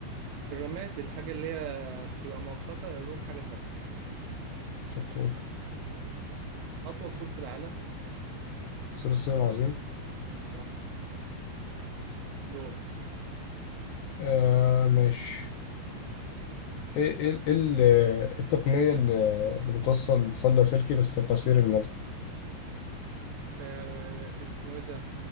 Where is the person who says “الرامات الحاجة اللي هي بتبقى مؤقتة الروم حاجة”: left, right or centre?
Right